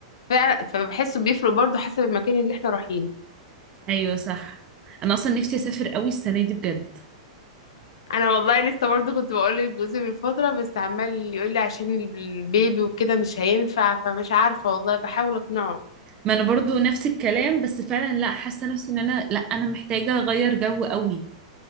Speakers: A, on the left (about 60°); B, on the right (about 30°).
A: فعلا فبحسه بيفرق برضو حسب المكان اللي احنا رايحينه
B: أيوة صح أنا أصلا نفسي أسافر قوي السنة دي بجد
A: انا والله لسه برضو كنت بقول لجوزي من فتره بس عمال يقول لي عشان البيبي وكده مش هينفع فمش عارفه والله بحاول اقنعه
B: ما انا برضو نفس الكلام بس فعلا لا حاسه نفسي ان انا لا انا محتاجه اغير جو قوي